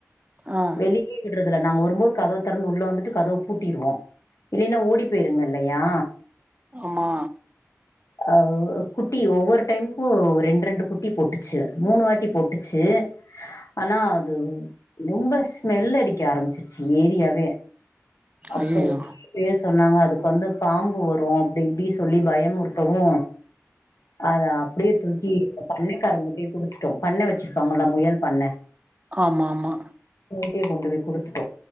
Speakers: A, on the right; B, on the left.
A: ஆ
B: வெளிகே விட்றதுல்ல நாங்க ஒர் டும்போது கதவத் தெறந்து உள்ள வந்துட்டு கதவு பூட்டிருவோ இல்லேனா ஓடிப் போயிருங்க இல்லையா
A: அம்மா
B: அ குட்டி ஒவ்வொரு டைம்க்கு ரெண் ரெண்டு குட்டி போட்டுச்சு மூனு வாட்டி போட்டுச்சு ஆனா அது ரொம்ப ஸ்மெல்லடிக்க ஆரம்பிச்சிருச்சு ஏரியாவே அப்றோ
A: ஐயயோ
B: பேர் சொன்னாங்க அதுக்கு வந்து பாம்பு வரு அப்டி இப்டி சொல்லி பயமுறுத்தவு அத அப்டியேத் தூக்கி பண்ணக்காரங்கிட்டியேக் குடுத்துட்டோ பண்ணே வெச்சிருப்பாங்கல்லா முயல் பண்ணே
A: ஆமா மா
B: வூங்கிட்டியேக் கொண்டு போய் குடுத்துட்டோ